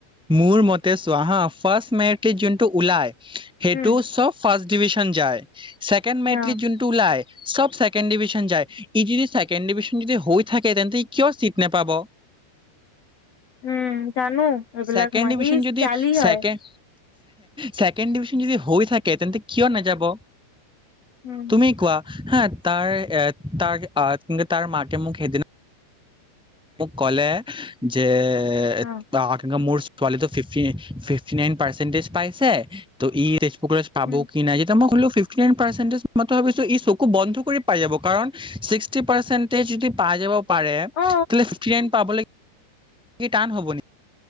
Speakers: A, in the centre; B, on the left (about 55°).
A: মোৰ মতে চুৱাহাফ ফাৰ্ষ্ট মেৰটি যোনটো ওলাই সেইটো
B: উম
A: চব ফাৰ্ষ্ট ডিভিশ্যন যায়, ছেকেণ্ড মেটলি
B: অ
A: যোনটো ওলাই চব ছেকেণ্ড ডিভিশ্যন যায়, ই যদি ছেকেণ্ড ডিভিশ্যন যদি হৈ থাকে তেন্তে ই কিয় চিট নোপাব
B: উম জানো এইবিলাক
A: ছেকেণ্ড
B: মই
A: ডিভিজন
B: ইচ
A: যদি
B: জালি হয়।
A: ছেকেণ্ড ছেকেণ্ড ডিভিশ্যন যদি হৈ থাকে তেন্তে কিয় নাযাব
B: উম
A: তুমি কোৱা হা তাৰ এ তাৰ কিন্তু তাৰ মাকে মোক সেইদিনা- কলে যে
B: অ
A: এ <unintelligible> মোৰ পোৱালিটো ফিফি ফিফটি নাইন পাৰ্চেন্টেজ পাইছে ত ই কুকলেচ পাব
B: উম
A: কি নাই যেতিয়া মই খুললো ফিফটি নাইন পাৰ্চেন্টেজ মই তো ভাবিছো ই চকু বন্ধ কৰি পাই যাব কাৰণ ছিক্সটি পাৰ্চেটেজ যদি পাই যাব পাৰে
B: অ
A: ফিফটি নাইন পাবলে এই টান হ'ব নি?